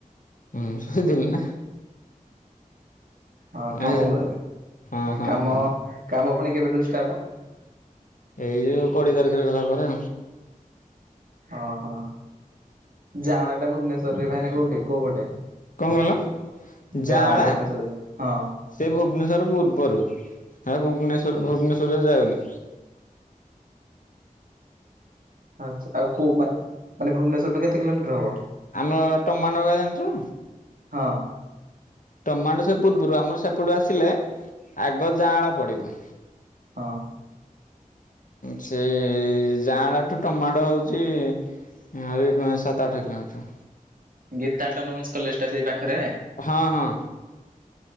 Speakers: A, on the left; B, on the right.
A: ହୁଁ ଶୋଥିଲିନ ନା,
B: ହଁ କାମକୁ
A: ଏ ହଁ ହଁ
B: କାମ
A: ହଁ
B: କାମ ପୁଣି କେବେଠୁଷ୍ଟାଟ?
A: ଏଇ ଯୋଉ କୋଡିଏ ତାରିଖ ହେଇଗଲା ପରେ।
B: ଓହୋ ଜାଗା ଟା ଭୁବନେଶ୍ୱରରେ ଭାନ କୋଉଠି କୋଉ ପଟେ?
A: କଣ କହିଲ ଯାଆଁଳା
B: ଯାଣ ଭୁବନେଶ୍ଵରରେ ହଁ,
A: ସେ ଭୁବନେଶ୍ଵର ରୁ ପୂର୍ବରୁ ହ ଭୁବନେଶ୍ଵର ଭୁବନେଶ୍ଵରରେ ଯାଉନି।
B: ଆଛା ଆଉ କୋଉ ମାନେ ଭୁବନେଶ୍ୱରୁ କେତେ କିଲୋମିଟର ହବ?
A: ଆମ ଟମାନଗା ଜାଣିଛ?
B: ହଁ
A: ଟମାଟୋ ସେ ପୂର୍ବରୁ ଆମର ସେପଟୁ ଆସିଲେ ଆଗ ଜାଆଁଳା ପଡ଼ିବ।
B: ହଁ।
A: ସେଇ ଜାଆଁଳ ଠୁ ଟମାଟୋ ହଉଛି ଆହୁରି ଫୁଣି ସାତ ଆଠ କିଲୋମିଟର।
B: ଗୀତା ଅଟୋନୋମସକଲେଜ ଟା ସେଇ ପାଖରେ?
A: ହଁ ହଁ।